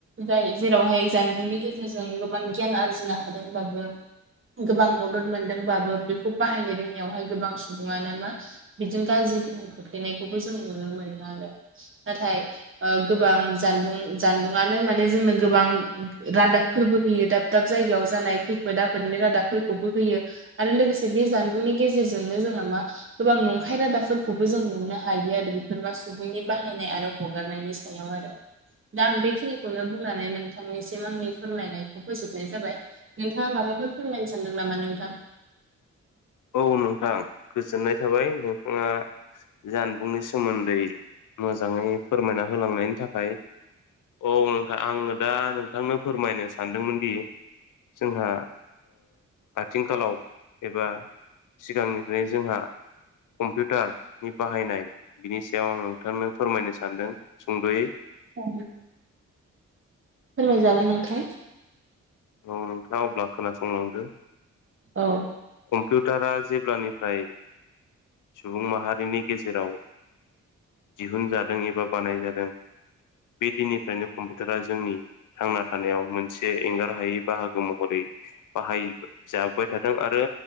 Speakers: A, on the right; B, on the left.
A: जाय जेरावहाय जानबुंनि गेजेरजों गोबां गियान आरजिनो हादोंब्लाबो गोबां मदद मोनदोंबाबो बेखौ बाहायनो रोङिावहाय गोबां सुबुङानो मा बिदिनो गाज्रि गोहोम खोख्लैनायखौबो जों नुनो मोनो आरो नाथाय गोबां जानबुं जानबुंआनो माने जोंनो गोबां रादाब फोरबो होयो दाब दाब जायगायाव जानाय खैफोद आफोदनि रादाबफोरखौबो होयो आरो लोगोसे बे जानबुंनि गेजेरजोंनो जोंहा मा गोबां नंखाय रादाबफोरखौबो जों नुनो हायो आरो बेफोरबा सुबुंनि बाहायनाय आरो हगारनायनि आरो दा आं बेखिनिखौनो बुंनानै नोंथांनिसिम आंनि फोरमायनायखौ फोजोबनाय जाबाय। नोंथाङा माबाफोर फोरमायनो सानदों नामा नोंथां?
B: औ नोंथां गोजोननाय थाबाय नोंथाङा जानबुंनि सोमोन्दै मोजाङै फोरमायना होलांनायनि थाखाय औ नोंथां आङो दा नोंथांनो फोरमायनो सानदोंमोन दि जोंहा आथिंखालाव एबा सिगांनिफ्राय जोंहा कम्पिउटारनि बाहायनाय बिनि सायाव आं नोंथांमोन फोरमायनो सानदों सुंद'यै
A: औ। फोरमायजागोन नोंथां
B: औ नोंथाङा अब्ला खोनासंलांदो
A: औ
B: कम्पिउटारा जेब्लानिफ्राय सुबुं माहारिनि गेजेराव दिहुनजादों एबा बानायजादों बे दिननिफ्रायनो कम्पिउटारा जोंनि थांना थानायाव मोनसे एंगार हायै बाहागो महरै बाहाय जाबोबाय थादों आरो